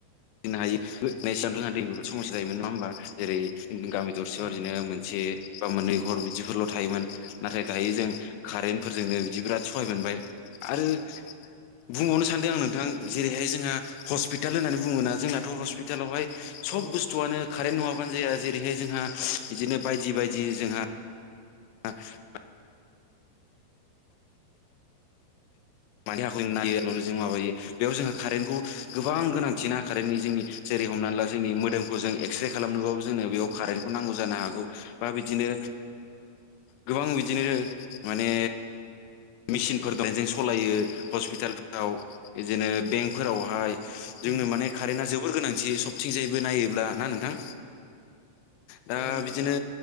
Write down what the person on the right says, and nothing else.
नंगौ
उम
नंगौ
औ
औ
नंगौ
उम
औ नंगौ